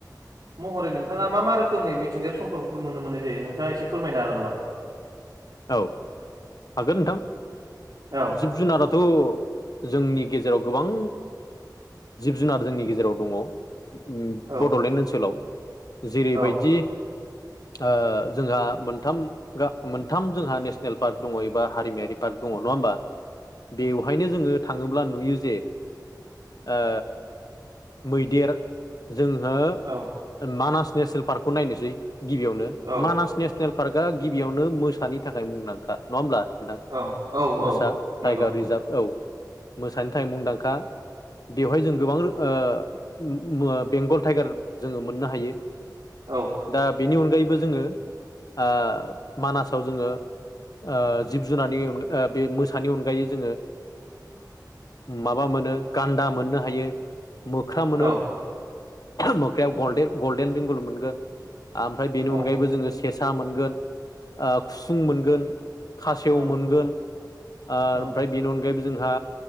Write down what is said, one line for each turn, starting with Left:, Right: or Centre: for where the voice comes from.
Right: महरै नोंथाङा मा मा रोखोमनि मिथिंयारि सम्पफोरखौ नुनो मोननाय जायो नोंथाङा एसे फोरमायनो हागोन नामा
Left: औ हागोन नोंथां
Right: औ
Left: जिब जुनाराथ' जोंनि गेजेराव गोबां जिब जुनार जोंनि गेजेराव दङ उम
Right: औ
Left: बड'लेण्ड ओनसोलाव जेरैबायदि
Right: औ
Left: ओ जोंहा मोनथाम गा मोन थाम जोंहा नेसनेल पार्क दङ एबा हारिमायारि पार्क दङ नङा ओमबा बेवहायनो जोङो थाङोब्ला नुयो जे ओ मैदेर जोंहो
Right: औ
Left: मानास नेसनेल पार्कखौ नायनोसै गिबियावनो
Right: औ
Left: मानास नेसनेल पार्क का गिबियावनो मोसानि थाखाय मुंदांखा नङा होमब्ला नोंथां
Right: औ औ
Left: मोसा
Right: औ नंगौ
Left: टाइगार रिजार्भ औ मोसानि थाखाय मुंदांखा बेवहाय जों गोबां ओ बेंगल टाइगार जोङो मोननो हायो
Right: औ
Left: दा बेनि अनगायैबो जोङो ओ मानासाव जोङो ओ जिब जुनारनि बे मोसानि अनगायै जोङो माबा मोनो गान्दा मोननो हायो मोख्रा मोनो
Right: औ
Left: मोख्रायाव गल्डेन गल्डेन बेंगल मोनगोन आमफ्राय बेनि
Right: औ
Left: अनगायैबो जोङो सेसा मोनगोन ओ खुसुं मोनगोन खासेव
Right: औ
Left: मोनगोन आरो
Right: औ
Left: ओ ओमफ्राय बेनि अनगायैबो जोंहा